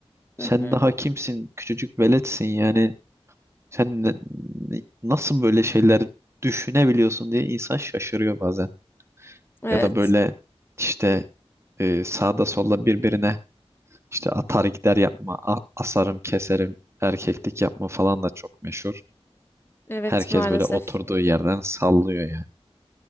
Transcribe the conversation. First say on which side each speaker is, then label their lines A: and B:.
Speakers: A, on the right; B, on the left.
A: sen
B: Hı hı.
A: daha kimsin? Küçücük veletsin yani Sen ne- ne- nasıl böyle şeyler düşünebiliyorsun diye insan şaşırıyor bazen.
B: Evet.
A: Ya da böyle işte e, sağda solda birbirine işte atar gider yapma, a- asarım keserim, erkeklik yapma falan da çok meşhur.
B: Evet
A: Herkes
B: maalesef.
A: böyle oturduğu yerden sallıyor yani.